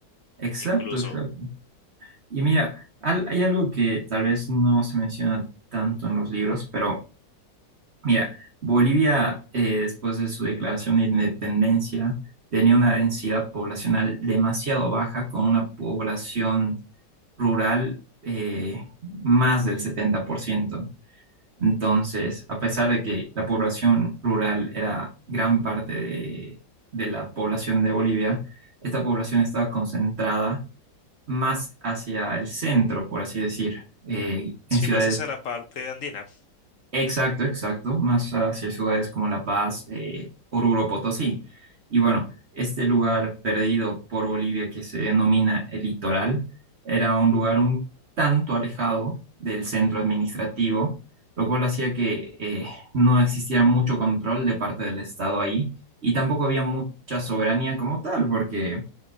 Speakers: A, on the right; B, on the left.
A: exacto,
B: incluso.
A: exacto. Y mira, al- hay algo que tal vez no se menciona tanto en los libros, pero mira, Bolivia eh, después de su declaración de independencia tenía una densidad poblacional demasiado baja con una población rural eh, más del 70%. Entonces, a pesar de que la población rural era gran parte de, de la población de Bolivia, esta población estaba concentrada más hacia el centro, por así decir, eh,
B: Sí,
A: en ciudades
B: más hacia la parte andina.
A: Exacto, exacto, más hacia ciudades como La Paz, eh, Oruro, Potosí. Y bueno, este lugar perdido por Bolivia que se denomina el Litoral era un lugar un tanto alejado del centro administrativo, lo cual hacía que eh, no existiera mucho control de parte del Estado ahí y tampoco había mucha soberanía como tal, porque,